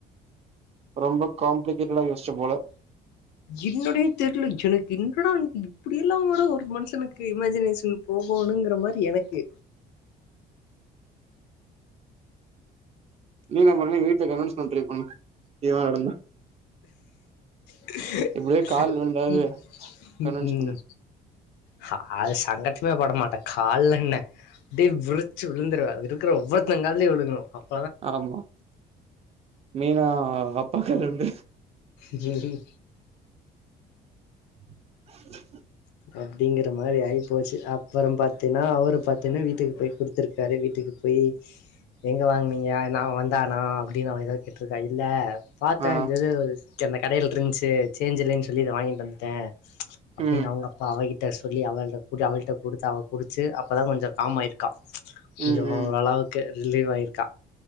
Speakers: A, on the right; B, on the left.
A: ரொம்ப காம்ப்ளிகேட்டடா யோசிச்ச போல
B: என்னனே தெர்ல எனக்கு என்னடா இது இப்டியெல்லாபாடா ஒரு மனுஷனுக்கு இமஜினேஷன் போகணுங்கிற மாரி எனக்கு
A: நீ என்ன பண்ணுங்க வீட்டுல கன்வன்ஸ் பண்ண ட்ரை பண்ணுங்க இது மாரி நடந்தா
B: <inaudible>
A: எப்டியோ கால் விழுந்தாவது கன்வின்ஸ்
B: ம்
A: பண்ணு
B: ம் ஹ அது சங்கட்டமே படமாட்டே கால்ல என்ன அப்டியே விருச்சு விழுந்துருவ இருக்கிற ஒவ்வொத்தனங்க காலயையும் விழுகணும் அப்
A: ஆமா மீனா அப்பா கால்ல விழுந்து
B: உம் உம்
A: <inaudible>
B: அப்டிங்கிற மாரி ஆகி போச்சு அப்புறம் பாத்தீன்னா அவரு பாத்தீங்கனா வீட்டுக்கு போய் குடுத்திருக்காரு வீட்டுக்கு போய் எங்க வாங்கனீங்க நா வந்தானா அப்டின்னு ந அவ ஏதாவ கேட்ருக்கா இல்ல பாத்தே
A: ஆ
B: இந்த இது அந்த கடையில இருந்துச்சு சேஞ்சு இல்லைன்னு சொல்லி இத வாங்கிட்டு வந்துட்டே அப்டின்னு
A: ம்
B: அவங்க அப் ப்பா கிட்ட சொல்லி அவ அவளிட்ட குடுத்து அவ குடுச்சு அப்பதா கொஞ்சோ காமாயிருக்கா கொஞ்சோ
A: ம் ம்
B: ஓரளவுக்கு ரில்வு ஆயிருக்கா